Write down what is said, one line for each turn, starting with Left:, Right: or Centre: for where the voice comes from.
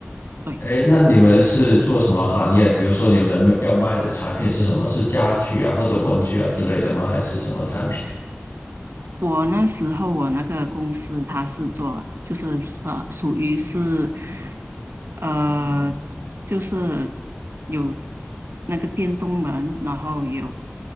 Right: 对。
Left: 哎，那你们是做什么行业？比如说你们要卖的产品是什么？是家具啊，或者文具啊之类的吗？还是什么产品？
Right: 我那时候我那个公司它是做就是呃属于是呃就是有那个电动门，然后有